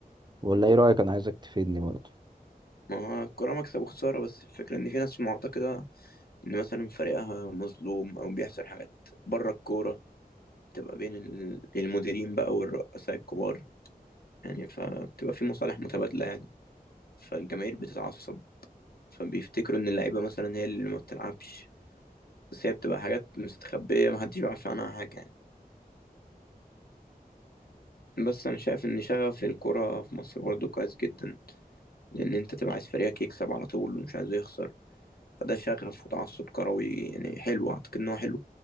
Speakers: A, on the right (about 30°); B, on the left (about 75°).
A: ولا إيه رأيك أنا عايزك تفيدني برضه
B: ما هو الكورة مكسب وخسارة بس الفكرة إن في ناس معتقدة إن مثلا فريقها مظلوم أو بيحصل حاجات بره الكورة بتبقى بين ال- المديرين بقى والرؤساء الكبار يعني فبتبقى في مصالح متبادلة يعني فالجماهير بتتعصب فبيفتكروا إن اللعيبة مثلا هي اللي ما بتلعبش بس هي بتبقى حاجات مستخبية محدش بيعرف عنها حاجة يعني. بس انا شايف ان شغف الكرة في مصر برضه كويس جدا لان انت تبقى عايز فريقك يكسب على طول ومش عايزه يخسر فده شغف وتعصب كروي يعني حلو اعتقد ان هو حلو